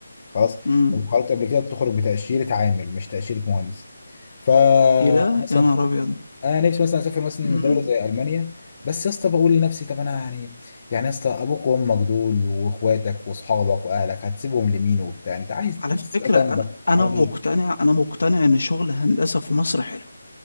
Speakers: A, on the left (about 35°); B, on the left (about 65°).
A: خلاص
B: امم
A: لو خرجت قبل كده بتخرج بتاشيره عامل مش تاشيره مهندس فمثلا
B: ايه ده يا نهار ابيض
A: انا نفسي مثلا اسافر مثلا
B: امم
A: دوله زي المانيا بس يا اسطى بقول لنفسي طب انا يعني يعني يا اسطى ابوك وامك دول واخواتك واصحابك واهلك هتسيبهم لمين وبتاع انت عايز
B: على
A: ناس
B: فكرة
A: تبقى جنبك
B: انا
A: وحواليك
B: انا مقتنع انا مقتنع ان شغل هندسة في مصر حلو